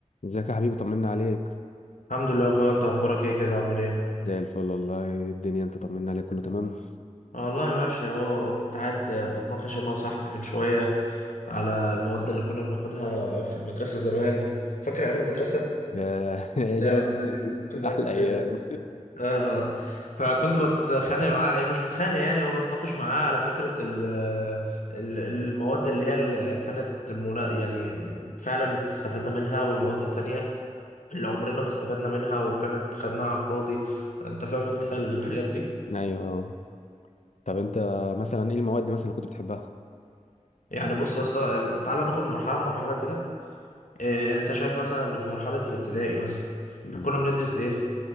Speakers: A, on the left; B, on the left.
A: ازيك يا حبيبي طمنا عليك
B: الحمد لله يا اخويا انت اخبارك ايه كده عامل ايه
A: زي الفل والله الدنيا انت طمنا عليك كله تمام
B: آه والله ماشي اهو كنت قاعد بتناقش انا وصاحبي من شويه على المواد اللي كنا بناخدها في المدرسه زمان فاكر ايام المدرسه
A: يا <laughs>
B: ابتدائي
A: ايه ده
B: واعدادي
A: يا ابني؟
B: بقى وكده
A: <laughs> احلى
B: <laughs>
A: ايام
B: اه اه فكنت بتخانق معاه إيه، مش بتخانق يعني هو بتناقش معاه على فكره ال ال- المواد اللي هي اللي كانت منا... يعني فعلا استفدنا منها والمواد التانية اللي عمرنا ما استفدنا منها وكانت خدناها على الفاضي انت فاهم انت الحاجات دي
A: ايوه طب انت مثلا ايه المواد مثلا اللي كنت بتحبها
B: يعني بص يا اسطى تعالى ناخد مرحله مرحله كده إيه انت شايف مثلا ان في مرحله الابتدائي مثلا
A: مم.
B: كنا بندرس ايه